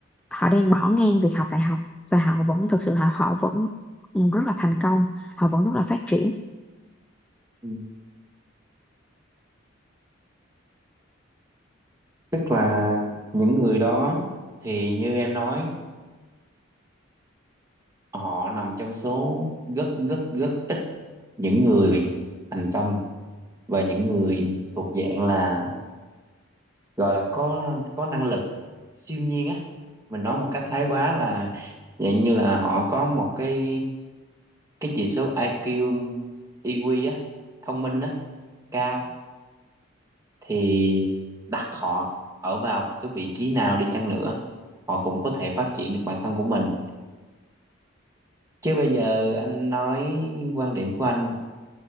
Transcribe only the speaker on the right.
Ừ. tức là những người đó thì như em nói họ nằm trong số rất rất rất ít những người thành công và những người thuộc dạng là gọi là có có năng lực siêu nhiên á mình nói một cách thái quá là dạng như là họ có một cái cái chỉ số IQ EQ á thông minh á cao thì đặt họ ở vào một cái vị trí nào đi chăng nữa họ cũng có thể phát triển được bản thân của mình chứ bây giờ anh nói quan điểm của anh